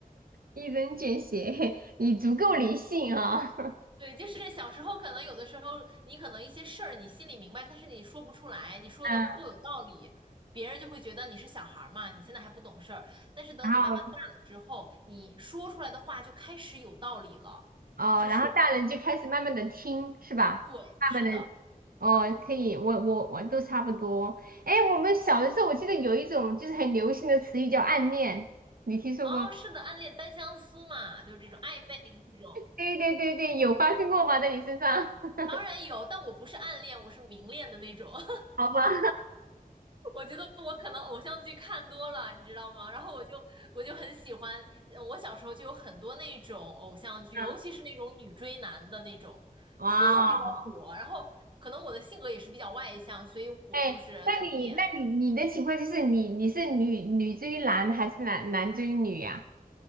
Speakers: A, on the right; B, on the right.
A: 一针见血，<laughs> 你足够理性啊、<laughs>
B: 对，就是小时候可能有的时候，你可能一些事儿你心里明白，但是你说不出来，你说的不够有道理，
A: 嗯，
B: 别人就会觉得你是小孩儿嘛，你现在还不懂事儿。但是等你慢慢大了之后，
A: 然后
B: 你说出来的话就开始有道理了，
A: 哦，
B: 就是
A: 然后大人就开始慢慢的听，是吧？
B: 对，
A: 慢慢的，
B: 是的，
A: 哦，可以，我我我都差不多。哎，我们小的时候，我记得有一种就是很流行的词语叫暗恋，你听说过吗？
B: 哦，是的，暗恋单相思嘛，就是这种暧昧啊这种，
A: 对对对对，有发生过吗？在你身上？<laughs>
B: 当然有，但我不是暗恋，我是明恋的那种。<laughs>
A: 好吧，
B: 我觉得我可能偶像剧看多了，你知道吗？然后我就我就很喜欢，呃我小时候就有很多那种偶像剧，
A: <laughs>
B: 尤其是那种女追男的那种，
A: 哇哦，
B: 特别的火。然后可能我的性格也是比较外向，所以我就是早恋。
A: 哎，那你那你你的情况就是你你是女女追男还是男男追女呀、